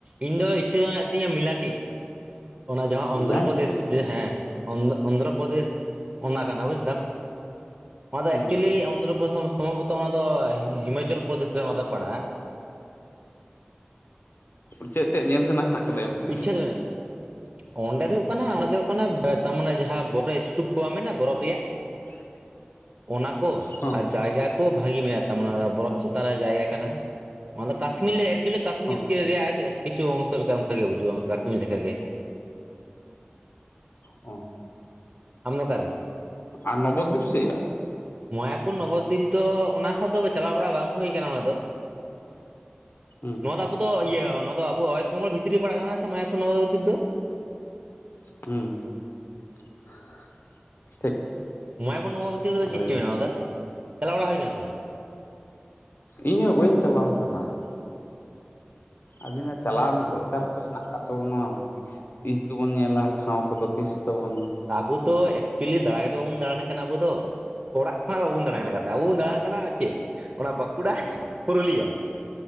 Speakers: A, on the right; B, on the left.
A: ᱤᱧ ᱫᱚ ᱤᱪᱪᱷᱟᱹ ᱫᱚ ᱢᱮᱱᱟᱜ‌ ᱛᱤᱧᱟ. ᱢᱤᱞᱟᱱᱤ ᱾ ᱚᱱᱟ ᱡᱟᱦᱟᱸ ᱚᱱᱫᱷᱨᱚᱯᱨᱚᱫᱮᱥ
B: ᱢᱤᱞᱟᱱᱤ
A: ᱦᱮᱸ ᱚᱱᱫᱨᱚ ᱚᱱᱫᱷᱨᱚᱯᱨᱚᱫᱮᱥ ᱚᱱᱟ ᱠᱟᱱᱟ ᱵᱩᱡ ᱫᱟᱢ ᱚᱱᱟ ᱫᱚ
B: ᱦᱩᱸ
A: ᱮᱠᱪᱩᱭᱮᱞᱤ ᱚᱱᱫᱷᱨᱚᱯᱚᱫ ᱥᱚᱢᱵᱷᱚᱵᱚᱛᱚ ᱚᱱᱟ ᱫᱚ ᱦᱤᱢᱟᱪᱚᱞ ᱯᱨᱚᱫᱮᱥ ᱨᱮ ᱚᱱᱟ ᱫᱚ ᱯᱟᱲᱟᱜᱼᱟ ᱾
B: ᱪᱮᱫ ᱪᱮᱫ ᱧᱮᱞ ᱛᱮᱱᱟᱜ ᱦᱮᱱᱟᱜ ᱟᱠᱟᱫᱟ ᱚᱸᱰᱮ ᱫᱚ?
A: ᱤᱪᱪᱷᱟᱹ ᱢᱮᱱᱟᱜᱼᱟ ᱚᱸᱰᱮ ᱫᱚ ᱦᱩᱭᱩᱜ ᱠᱟᱱᱟ ᱚᱸᱰᱮ <unintelligible> ᱛᱟᱨ ᱢᱟᱱᱮ ᱡᱟᱸᱦᱟᱸ ᱵᱚᱨᱚᱯ ᱤᱥᱛᱩᱯ ᱠᱚ ᱵᱟᱝ ᱢᱮᱱᱟ ᱵᱚᱨᱚᱯ ᱨᱮᱭᱟᱜ
B: <inaudible>
A: ᱚᱱᱟ ᱠᱚ
B: ᱦᱚᱸ
A: ᱟᱨ ᱡᱟᱭᱜᱟ ᱠᱚ ᱵᱷᱟᱜᱤ ᱢᱮᱱᱟᱜ ᱛᱟᱢᱟ᱾ ᱚᱱᱟ ᱵᱚᱨᱚᱯ ᱪᱮᱛᱟᱱ ᱨᱮᱭᱟᱜ ᱡᱟᱭᱜᱟ ᱠᱟᱱᱟ ᱾ ᱚᱱᱟ ᱠᱟᱥᱢᱤᱞ ᱮᱠᱪᱩᱭᱮᱞᱤ ᱠᱟᱥᱢᱤᱨ
B: ᱦᱚᱸ
A: ᱨᱮᱭᱟᱜ ᱠᱤᱪᱷᱩ ᱚᱝᱥᱚ ᱞᱮᱠᱟ ᱚᱱᱠᱟ ᱜᱮ ᱵᱩᱡᱩᱜᱼᱟ᱾ ᱠᱟᱥᱢᱤᱨ ᱞᱮᱠᱟ ᱜᱮ ᱾
B: ᱚ
A: ᱟᱢ ᱫᱚ ᱚᱠᱟᱨᱮ?
B: ᱟ ᱱᱚᱵᱚᱫᱤᱯ ᱥᱮᱫᱼᱭᱟ
A: ᱢᱟᱭᱟᱯᱩᱨ ᱱᱚᱵᱚᱫᱤᱯ ᱫᱚ ᱚᱱᱟ ᱦᱚᱸᱫᱚ ᱪᱟᱞᱟᱣ ᱵᱟᱲᱟ ᱵᱟᱝ ᱦᱩᱭ ᱠᱟᱱᱟ ᱚᱱᱟ ᱫᱚ ᱾
B: ᱦᱩᱸ ᱾
A: ᱱᱚᱣᱟ ᱫᱚ ᱟᱵᱚ ᱫᱚ ᱤᱭᱟᱹ ᱱᱚᱣᱟ ᱫᱚ ᱟᱵᱚ ᱚᱭᱮᱥᱴ ᱵᱮᱝᱜᱚᱞ ᱵᱷᱤᱛᱤᱨ ᱨᱮ ᱯᱟᱲᱟᱜ ᱠᱟᱱᱟ ᱥᱮ ᱢᱟᱭᱟᱯᱩᱨ ᱱᱚᱵᱚᱫᱤᱯ ᱫᱚ?
B: ᱦᱩᱸ ᱾ ᱴᱷᱤᱠ
A: ᱢᱟᱭᱟᱯᱩᱨ ᱱᱚᱵᱚᱫᱤᱯ ᱨᱮᱫᱚ
B: ᱟᱫᱚ
A: ᱪᱮᱫ ᱪᱚ ᱵᱮᱱᱟᱣᱫᱟ ᱪᱟᱞᱟᱣ ᱵᱟᱲᱟ ᱦᱩᱭ ᱠᱟᱱᱟ ᱥᱮ ᱵᱟᱝ?
B: ᱤᱧ ᱦᱚᱸ ᱵᱟᱹᱧ ᱪᱟᱞᱟᱣ ᱟᱠᱟᱱᱟ ᱾ ᱟᱵᱤᱱᱟᱜ ᱪᱟᱞᱟᱣ ᱨᱮᱱᱟᱜ ᱫᱚᱨᱠᱟᱨ ᱛᱚ ᱦᱮᱱᱟᱜ ᱟᱠᱟᱫ ᱛᱟᱵᱚᱱᱟ ᱾ ᱛᱤᱥ ᱫᱚᱵᱚᱱ ᱧᱮᱞᱟ ᱴᱷᱟᱶ ᱠᱚᱫᱚ ᱾ ᱛᱤᱥ ᱛᱮᱵᱚᱱ
A: ᱟᱵᱚ ᱫᱚ ᱮᱠᱪᱩᱭᱮᱞᱤ ᱫᱟᱬᱟ ᱜᱮᱛᱚ ᱵᱟᱵᱚᱱ ᱫᱟᱬᱟᱱ ᱠᱟᱱᱟ ᱟᱵᱚ ᱫᱚ ᱾ ᱚᱲᱟᱜ ᱠᱷᱚᱱᱟᱜ ᱵᱟᱵᱚᱱ ᱫᱟᱬᱟᱱ ᱠᱟᱱᱟ ᱾ᱟᱵᱚ ᱵᱚᱱ ᱫᱟᱬᱟᱱ ᱠᱟᱱᱟ ᱪᱮᱫ ᱚᱱᱟ ᱵᱟᱠᱩᱲᱟ ᱯᱩᱨᱩᱞᱤᱭᱟ ᱾